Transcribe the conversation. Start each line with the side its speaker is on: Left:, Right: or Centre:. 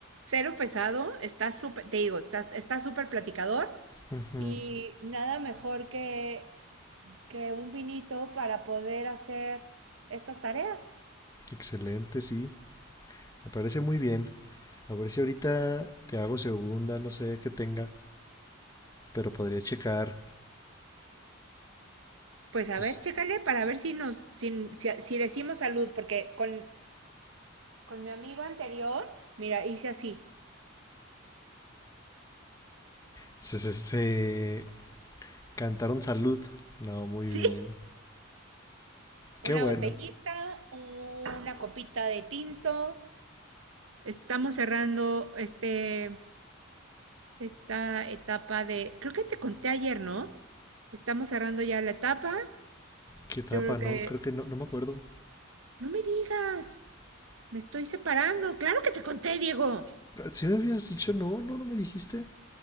Right: Cero pesado, está súper, te digo, estás- está súper platicador
Left: Ujú.
Right: y nada mejor que, que un vinito para poder hacer estas tareas.
Left: Excelente, sí. Me parece muy bien. A ver si ahorita te hago segunda, no sé qué tenga, pero podría checar,
Right: Pues a
Left: pues,
Right: ver, chécale para ver si nos, si, si, si decimos salud, porque con, con mi amigo anterior, mira, hice así.
Left: se, se, se- Cantaron salud. No, muy
Right: Sí.
Left: bien. Qué
Right: Una
Left: bueno.
Right: botellita, una copita de tinto, Estamos cerrando este, esta etapa de, creo que te conté ayer, ¿no? Estamos cerrando ya la etapa.
Left: Qué etapa,
Right: Yo creo que,
Left: ¿no? Creo que no, no me acuerdo.
Right: no me digas, me estoy separando. Claro que te conté, Diego.
Left: Si me habías dicho no, no, no me dijiste.